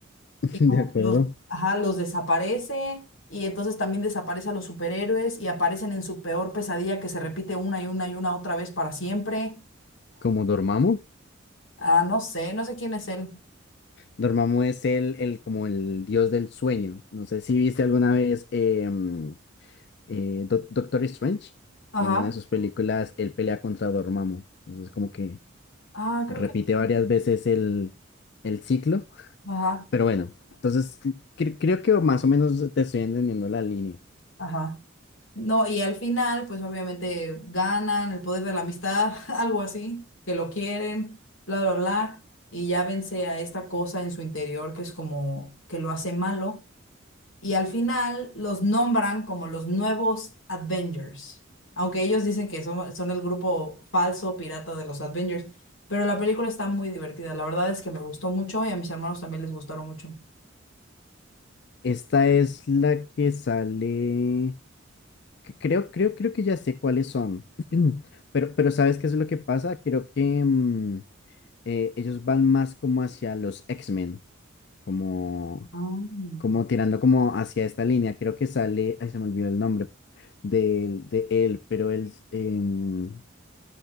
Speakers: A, on the left; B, on the left.
A: <laughs>
B: y como
A: De acuerdo.
B: que los, ajá, los desaparece y entonces también desaparece a los superhéroes y aparecen en su peor pesadilla que se repite una y una y una otra vez para siempre.
A: Como Dormammu.
B: Ah, no sé, no sé quién es él.
A: Dormammu es el, el, como el dios del sueño. No sé si viste alguna vez em, eh, Doc- Doctor Strange,
B: Ajá.
A: en una de sus películas, él pelea contra Dormammu. Entonces, como que
B: Ah, creo
A: repite
B: que sí.
A: varias veces el, el ciclo.
B: Ajá,
A: Pero bueno, entonces cre- creo que más o menos te estoy entendiendo la línea.
B: ajá. No, y al final, pues obviamente ganan el poder de la amistad, <laughs> algo así, que lo quieren, bla, bla, bla, y ya vence a esta cosa en su interior que es como que lo hace malo. Y al final los nombran como los nuevos Avengers, aunque ellos dicen que son, son el grupo falso pirata de los Avengers, pero la película está muy divertida, la verdad es que me gustó mucho y a mis hermanos también les gustaron mucho.
A: Esta es la que sale. que Creo, creo, creo que ya sé cuáles son. <clears throat> Pero, pero ¿sabes qué es lo que pasa? Creo que mm, eh, ellos van más como hacia los X-Men, como
B: Ah,
A: como tirando como hacia esta línea, creo que sale, ay, se me olvidó el nombre del- de, él, pero él, em,